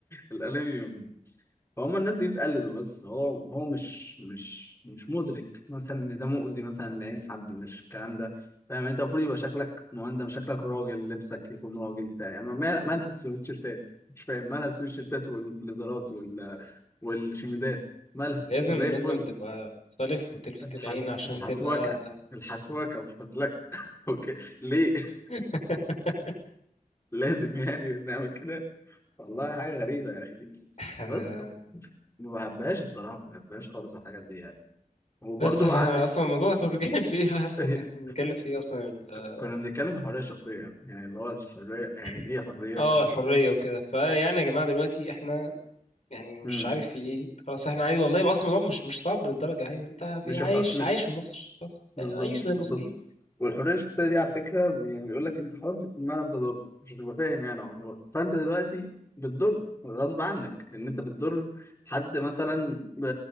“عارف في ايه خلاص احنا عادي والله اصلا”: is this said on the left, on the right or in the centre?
Left